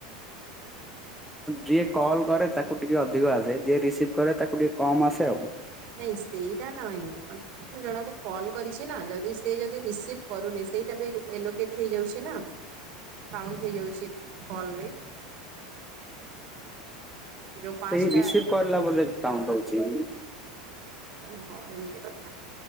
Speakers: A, in the centre; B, on the right.
A: ଯିଏ କଲ୍ କରେ ତାକୁ ଟିକେ ଅଧିକ ଆସେ, ଯିଏ ରିସିଭ୍ କରେ ତାକୁ ଟିକେ କମ୍ ଆସେ ଆଉ।
B: ନାଇଁ ସେଇଟା ନହିଁ ମୁଁ ଜଣକୁ କଲ୍ କରିଛି ନା ଯଦି ସେ ସେ ଯଦି ରିସିଭ କରୁନି ସେଇଟା ବି ଏଲୋକେଟ ହେଇଯାଉଛି ନା? ସାଉଣ୍ଡ ହେଇଯାଉଛି କଲ ରେ। ଯୋଉ
A: ସେଇ
B: ପାଞ୍ଚଟା
A: ରିସିଭ୍ କରିଲା ବୋଧେ କାଉଣ୍ଟ୍ ହଉଚି।
B: ଓହୋ ଏମିତି କଥା